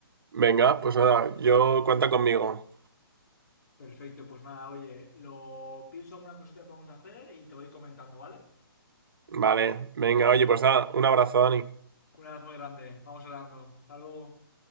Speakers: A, on the right (about 70°); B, on the left (about 50°).
A: Venga, pues nada, yo cuenta conmigo.
B: Perfecto, pues nada, oye, lo pienso alguna cosita que podemos hacer y te voy comentando, ¿vale?
A: Vale, venga, oye, pues nada, un abrazo, Dani.
B: Un abrazo muy grande, vamos hablando. Hasta luego.